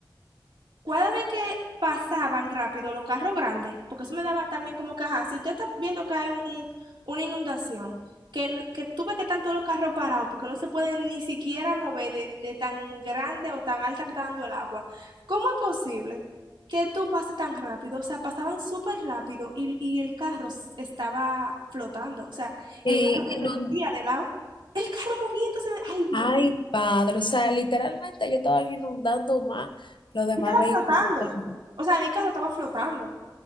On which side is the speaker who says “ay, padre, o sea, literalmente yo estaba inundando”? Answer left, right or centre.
Left